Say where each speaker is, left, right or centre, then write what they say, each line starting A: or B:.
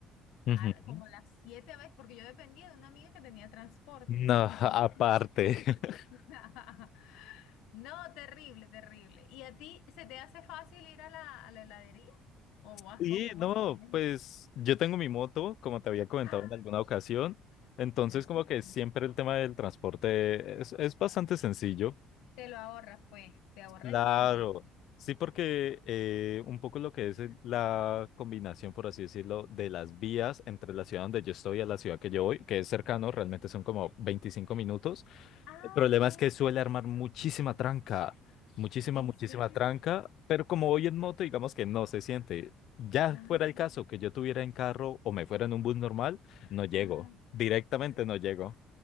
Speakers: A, on the left; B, on the left.
A: Ujú.
B: al- como a las siete a veces, porque yo dependía de una amiga que tenía transporte.
A: No,
B: Entonces,
A: <laughs> aparte. <laughs>
B: <laughs> no, terrible, terrible. ¿Y a ti se te hace fácil ir a la, a la heladería? ¿O, vas-
A: Y
B: o cómo
A: no,
B: así? ¿Tienes-
A: pues yo tengo mi moto, como te había comentado
B: Ah,
A: en alguna ocasión. Entonces,
B: ya eso.
A: como que siempre el tema del transporte es, es bastante sencillo.
B: Te lo ahorras, pues, te ahorras
A: Claro.
B: ese dinero.
A: Sí, porque eh, un poco lo que es el- la combinación, por así decirlo, de las vías entre la ciudad donde yo estoy y a la ciudad que yo voy, que es cercano, realmente son como 25 minutos.
B: Ah,
A: El problema
B: ok.
A: es que suele armar muchísima tranca, muchísima,
B: ¿En
A: muchísima
B: serio?
A: tranca, pero como voy en moto, digamos que no se siente. Ya
B: Ah,
A: fuera el caso que yo tuviera en carro o me fuera en un bus normal, no llego,
B: ajá.
A: directamente no llego.